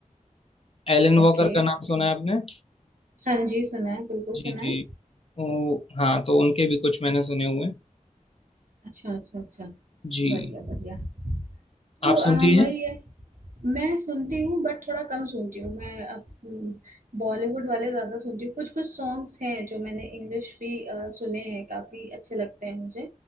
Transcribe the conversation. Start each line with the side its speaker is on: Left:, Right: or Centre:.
Left: एलन
Right: ओके
Left: वॉकर का नाम
Right: ओके
Left: सुना है आपने
Right: हाँ जी सुना है बिल्कुल
Left: जी
Right: सुना
Left: जी
Right: है
Left: ओ, हाँ तो उनके भी कुछ मैंने सुने हुए हैं
Right: अच्छा अच्छा अच्छा
Left: जी
Right: बढ़िया बढ़िया तो
Left: आप
Right: आ,
Left: सुनती हैं
Right: वही है मैं सुनती हूँ बट थोड़ा कम सुनती हूँ मैं अ, हम्म, बॉलीवुड वाले ज्यादा सुनती हूँ कुछ कुछ सॉन्ग्स हैं जो मैंने इंग्लिश भी अ, सुने हैं काफी अच्छे लगते हैं मुझे